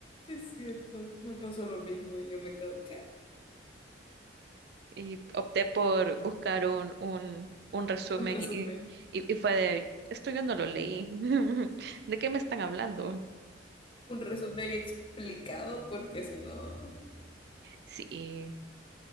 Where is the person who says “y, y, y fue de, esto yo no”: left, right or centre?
Right